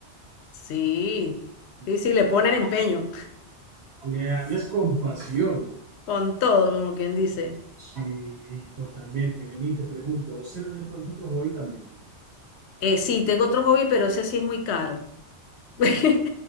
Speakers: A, on the left; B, on the right.
A: Sí,
B: Y
A: sí, sí, le ponen empeño.
B: Le dan es compasión.
A: Con todo, como quien dice.
B: Sí, totalmente. Vení, te pregunto, ¿vos tenés de pronto otro hobby también o no?
A: Eh, sí, tengo otro hobby, pero ese sí es muy caro. <laughs>